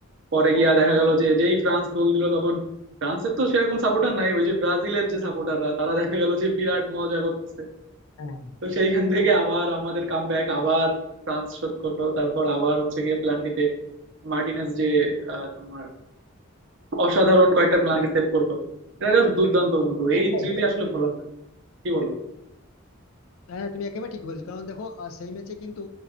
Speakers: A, on the right (about 60°); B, on the left (about 80°).
A: পরে গিয়া দেখা গেল যে যেই ফ্রান্স গোল দিল তখন ফ্রান্সের তো সেরকম সাপোর্টার নাই ওই যে ব্রাজিলের যে সাপোর্টাররা তারা দেখা গেল যে বিরাট মজা করতেছে
B: হ্যাঁ
A: তো সেইখান থেকে আবার আমাদের কাম ব্যাক আবার ফ্রান্স শোধ করলো তারপর আবার হচ্ছে গিয়ে প্লান্টিতে মার্টিনেস যে আহ, তোমার অসাধারণ কয়েকটা প্লান্টি সেভ করলো এটা জাস্ট দুর্দান্ত বন্ধু
B: হ্যাঁ
A: এই
B: তো
A: স্মৃতি আসলে ভোলার না কি বলো
B: হ্যাঁ তুমি একেবারে ঠিক বলেছো কারণ দেখো আহ, সেই ম্যাচে কিন্তু